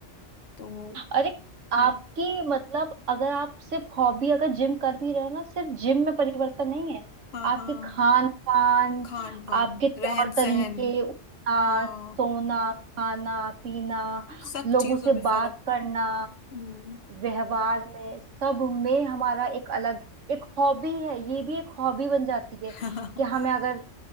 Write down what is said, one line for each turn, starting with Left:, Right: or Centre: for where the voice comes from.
Left: तो
Right: और एक आपकी
Left: हम्म,
Right: मतलब अगर आप सिर्फ हॉबी अगर जिम कर भी रहे हो ना सिर्फ जिम में परिवर्तन नहीं है
Left: हाँ
Right: आपके
Left: हाँ
Right: खान पान
Left: खान पान
Right: आपके तौर
Left: रहन
Right: तरीके
Left: सहन
Right: उठना
Left: हाँ
Right: सोना खाना पीना
Left: सब
Right: लोगों
Left: चीजों
Right: से
Left: में
Right: बात
Left: फर्क
Right: करना
Left: हम्म
Right: व्यवहार में सब में हमारा एक अलग एक हॉबी है ये भी एक हॉबी बन जाती है
Left: <laughs>
Right: कि हमें अगर